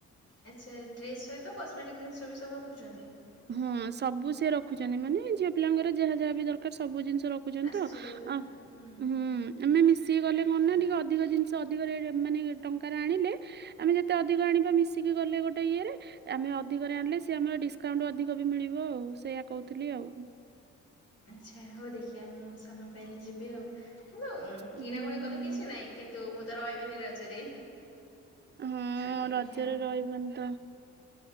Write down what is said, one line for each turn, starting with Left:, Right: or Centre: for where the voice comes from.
Left: ଆଚ୍ଛା। ଡ୍ରେସ ସହିତ କସ୍ମେଟିକ୍ ଜିନିଷ ବି ସବୁ ରଖୁଚନ୍ତି।
Right: ହଁ ସବୁ ସିଏ ରଖୁଛନ୍ତି ମାନେ ଝିଅ ପିଲାଙ୍କର ଯାହା ଯାହା ବି ଦରକାର ସବୁ ଜିନିଷ ର ଖୁଚନ୍ତି
Left: ଆସେସୋରି
Right: ତ
Left: ଗୁଡା
Right: ଆ
Left: ହୁଁ
Right: ଉଁ। ଆମେ ମିଶିକି ଗଲେ କଣ ନା ଟିକେ ଅଧିକ ଜିନିଷ ଅଧିକ ରେଟ ମାନେ ଟଙ୍କାରେ ଆଣିଲେ। ଆମେ ଯେତେ ଅଧିକ ଆଣିବା ମିଶିକି ଗଲେ ଗୋଟେ ଇଏରେ। ଆମେ ଅଧିକରେ ଆଣିଲେ ସି ଆମର ଡିସ୍ କାଉଣ୍ଟ ଅଧିକ ବି ମିଳିବ ଆଉ ସେୟା କହୁଥିଲି ଆଉ।
Left: ଆଚ୍ଛା ହଉ ଦେଖିବା ମୁଁ ସମୟ ପାଇଲେ ଯିବି ଆଉ। କିନ୍ତୁ
Right: ହୁଁ।
Left: କିଣା କୁଣି କଲେ କିଛି ନାହିଁ କିନ୍ତୁ ମୁଁ ତ ରହିବିନି ରଜରେ।
Right: ହଁ
Left: ସେଥିପାଇଁ
Right: ରଜରେ
Left: ଆଉ।
Right: ରହିବନି ତ।